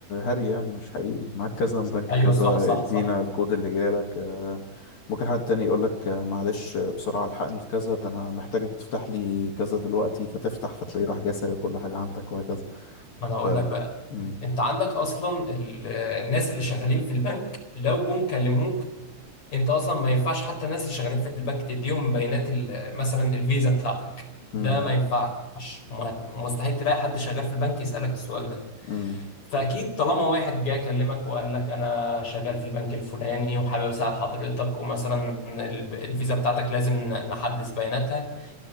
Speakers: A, on the left (about 55°); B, on the left (about 35°).
A: هري يعني مش حقيقي معاك كذا من بنك
B: ايوه
A: كذا
B: صح صح
A: ادينا
B: صح
A: الكود اللي جالك آه ممكن حد تاني يقولك آه، معلش آه، بسرعة الحقني في كذا ده انا محتاجك تفتح لي كذا دلوقتي فتفتح فتلاقيه راح جاي سارق كل حاجة عندك وهكذا
B: ما انا هقول
A: ف
B: لك بقى
A: مم.
B: انت عندك اصلا ال- الناس اللي شغالين في البنك لو جم كلموك انت اصلا ما ينفعش حتى الناس اللي شغالين في البنك تديهم بيانات ال- مثلا الفيزا بتاعتك ده
A: مم.
B: ما ينفعش وما- مستحيل تلاقي حد شغال في البنك يسألك السؤال ده
A: مم.
B: فاكيد طالما واحد جه كلمك وقال لك انا شغال في البنك الفلاني وحابب اساعد حضرتك ومثلا ال- الفيزا بتاعتك لازم نحدث بياناتها